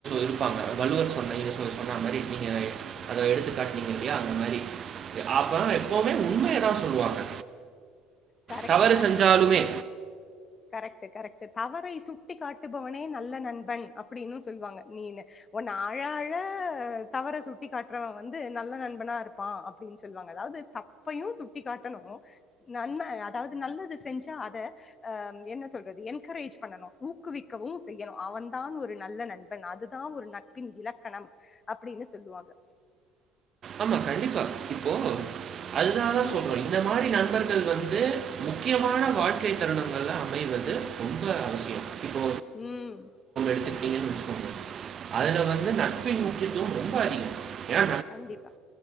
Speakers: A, on the right; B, on the left.
A: இருப்பாங்க வள்ளுவர் சொன்ன சொன்ன மாதிரி நீங்க அதை எடுத்துக்காட்ட ங்க இல்லையா அந்த மாதிரி அப்ப எப்பவுமே உண்மையைதான் சொல்லுவாங்க
B: கரெக்ட்
A: தவறு
B: கண்டிப்பா
A: செஞ்சாலுமே
B: கரெக்ட் கரெக்ட் தவறை சுட்டி காட்டுபவனே நல்ல நண்பன் அப்படினு சொல்லுவாங்க நீ ஒன்னு அழ அழ தவறை சுட்டி காட்டுறவன் வந்து நல்ல நண்பனா இருப்பான் அப்படின்னு சொல்லுவாங்க அதாவது தப்பையும் சுட்டிக் காட்டணும் நன்ம அதாவது நல்லது செஞ்சா அதை அஹ் என்ன சொல்றது என்கரேஜ் பண்ணனும் ஊக்குவிக்கவும் செய்யணும் அவன் தான் ஒரு நல்ல நண்பன் அதுதான் ஒரு நட்பின் இலக்கணம் அப்படின்னு சொல்லுவாங்க
A: ஆமா கண்டிப்பா இப்போ அதுனால தான்
B: ம்
A: சொல்றோம் இந்த மாதிரி நண்பர்கள் வந்து வந்து முக்கியமான வாழ்க்கை தருணங்கள்ள அமைவது ரொம்ப அவசியம் இப்போ
B: உம்
A: இருக்கீங்கன்னு வச்சுக்கோங்க அதுல வந்து நட்பின் முக்கியத்தும் ரொம்ப அதிகம் ஏனா
B: கண்டிப்பா